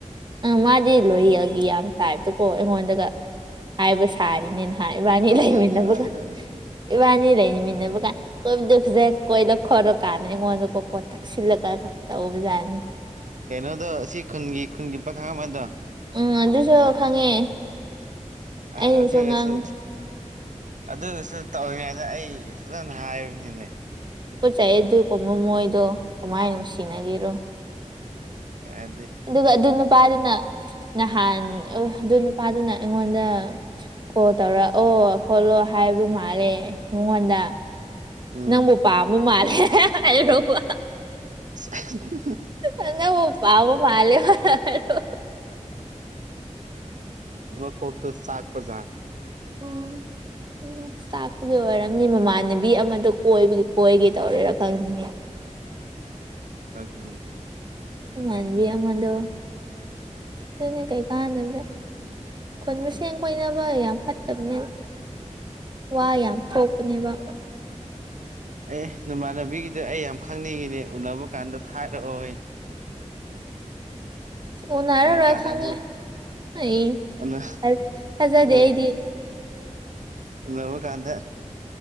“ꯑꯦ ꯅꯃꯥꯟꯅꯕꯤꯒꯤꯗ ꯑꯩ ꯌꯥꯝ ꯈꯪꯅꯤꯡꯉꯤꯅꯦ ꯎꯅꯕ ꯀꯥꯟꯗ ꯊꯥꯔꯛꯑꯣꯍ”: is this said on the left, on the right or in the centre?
Right